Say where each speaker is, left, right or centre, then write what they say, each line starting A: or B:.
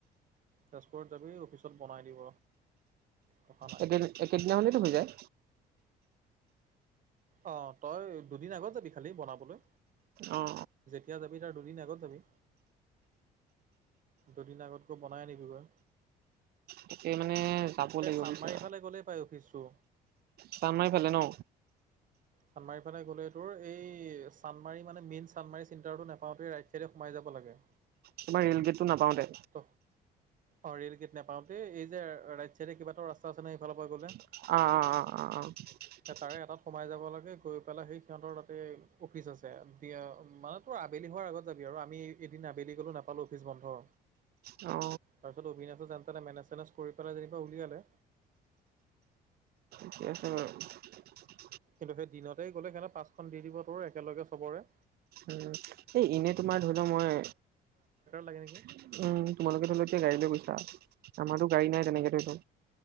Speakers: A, on the right (about 50°); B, on the right (about 70°).
A: তেজপুৰত যাবি অফিচত বনাই দিব। কথা নাই
B: একেদিন একেদিনা খনেতো হৈ যায়।
A: অ তই দুদিন আগত যাবি খালি বনাবলৈ।
B: অ অ
A: যেতিয়া যাবি তাৰ দুদিন আগত যাবি। দুদিন আগত গৈ বনাই আনিবি গৈ।
B: তাকে মানে যাব লাগিব
A: এই চান্দমাৰি
B: বুজিছা
A: ফালে গ'লেই পাই অফিচটো।
B: চানমাৰি ফালে ন।
A: চান্মাৰীৰ ফালে গ'লে এইটোৰ এই চান্মাৰী মানে মেইন চানমাৰ চন্তাটো নাপাওঁতে ৰাইট চাইডে সোমাই যাব ব লাগে।
B: তোমাৰ ৰেল গেটটো নাপাওঁতে
A: ত অ ৰেল গেট নাপাও দ এই যে ৰাইট চাইডে কিবাটা ৰাস্তা আছে নে সেইফালৰ পৰা গ'লে
B: অ অ অ অ অ।
A: তাৰে এটাত সোমাই যাব লাগে গৈ পেলাই সেই সিহঁতৰ তাতে অফিচ আছে মানে তোৰ আবেলি হয়। আগত যাবি আৰু আমি এদিন আবেলি গলো নাপালো অফিচ বন্ধ।
B: অ
A: তাৰপিছত অবিনাশে যেন তেনে মেনেজ চেনেজ কৰি পেলাই যেনিবা উলিয়ালে।
B: ঠিকে আছে বাৰু
A: কিন্তু সেই দিনতেই গ'লে সেনেকে পাঁচখন দি দিব তোৰ একেলগে চবৰে
B: উ এই এনে তোমাৰ ধৰি লও মই।
A: লাগেকি <unintelligible>
B: উম তোমালোকে ধৰি লও এতিয়া গাড়ী লৈ গৈছা আমাৰতো গাড়ী
A: উম
B: নাই তেনেকে ধৰি ল।